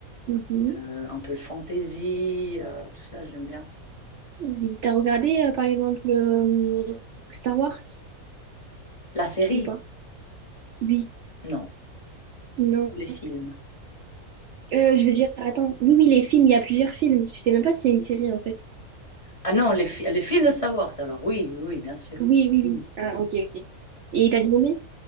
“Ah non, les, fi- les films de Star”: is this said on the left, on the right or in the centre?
Left